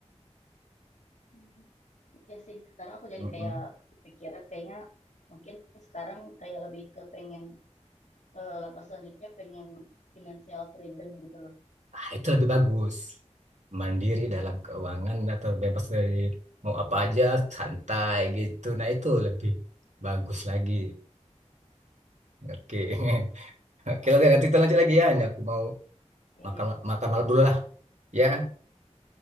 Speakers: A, on the left; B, on the right.
A: Mm. Ya sih, sekarang aku jadi
B: Mm-mm.
A: kayak kepikiran kayaknya mungkin sekarang kayak lebih ke pengen eh, langkah selanjutnya pengen financial freedom gitu loh.
B: ah, itu lebih bagus mandiri dalam keuangan atau bebas dari mau apa aja santai gitu nah itu lebih bagus lagi oke <laughs> oke lah nanti kita lanjut lagi ya ini aku mau
A: Oke,
B: makan makan malam dulu lah ya